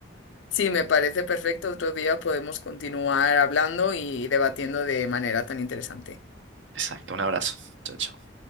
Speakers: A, on the left (about 80°); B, on the right (about 75°).
A: Sí, me parece perfecto. Otro día podemos continuar hablando y debatiendo de manera tan interesante.
B: Exacto, un abrazo. Chao, chao.